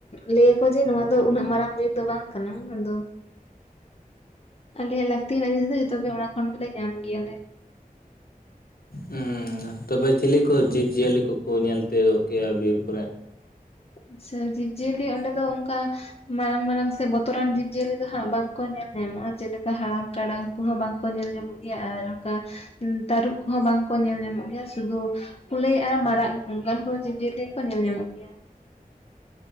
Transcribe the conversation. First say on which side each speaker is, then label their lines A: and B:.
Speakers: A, on the left; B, on the left.
A: ᱞᱟᱹᱭ ᱟᱠᱚ ᱡᱮ ᱱᱚᱣᱟ ᱫᱚ ᱩᱱᱟᱹᱜ ᱢᱟᱨᱟᱝ ᱵᱤᱨ ᱫᱚ ᱵᱟᱝ ᱠᱟᱱᱟ᱾ ᱟᱫᱚ ᱟᱞᱮᱭᱟᱜ ᱞᱟᱹᱠᱛᱱᱟᱜ ᱡᱤᱱᱤᱥ ᱫᱚ ᱡᱚᱛᱚ ᱜᱮ ᱚᱱᱟ ᱠᱷᱚᱱ ᱜᱮᱞᱮ ᱧᱟᱢ ᱜᱮᱭᱟ ᱞᱮ᱾
B: ᱦᱮᱸ ᱛᱚᱵᱮ ᱪᱤᱞᱤ ᱠᱚ ᱡᱤᱵᱽᱼᱡᱤᱭᱟᱹᱞᱤ ᱠᱚᱠᱚ ᱧᱮᱞ ᱛᱤᱭᱳᱜ-ᱚᱜ ᱠᱮᱭᱟ ᱵᱤᱨ ᱠᱚᱨᱮ?
A: ᱟᱪᱪᱷᱟ, ᱡᱤᱵᱽ-ᱡᱤᱭᱟᱹᱞᱤ ᱚᱸᱰᱮ ᱫᱚ ᱚᱱᱠᱟ ᱢᱟᱨᱟᱝ ᱢᱟᱨᱟᱝ ᱥᱮ ᱵᱚᱛᱚᱨᱟᱱ ᱡᱤᱵᱽ-ᱡᱤᱭᱟᱹᱞᱤ ᱫᱚ ᱦᱟᱸᱜ ᱵᱟᱝᱠᱚ ᱧᱮᱞ ᱧᱟᱢᱚᱜᱼᱟ᱾ ᱡᱮᱞᱮᱠᱟ ᱦᱟᱲᱟᱢ ᱴᱟᱲᱟᱝ ᱠᱚᱦᱚᱸ ᱵᱟᱝ ᱠᱚ ᱧᱮᱞ ᱧᱟᱢᱚᱜ ᱜᱮᱭᱟ ᱟᱨ ᱚᱱᱠᱟ ᱛᱟᱹᱨᱩᱵ ᱠᱚᱦᱚᱸ ᱵᱟᱝ ᱠᱚ ᱧᱮᱞ ᱧᱟᱢᱚᱜ ᱜᱮᱭᱟ, ᱥᱩᱫᱩ ᱠᱩᱞᱟᱹᱭ ᱟᱨ ᱢᱟᱨᱟᱜ ᱚᱱᱠᱟᱱ ᱠᱚ ᱡᱤᱵᱽ-ᱡᱤᱭᱟᱹᱞᱤ ᱜᱮ ᱠᱚ ᱧᱮᱞ ᱧᱟᱢᱚᱜ ᱜᱮᱭᱟ᱾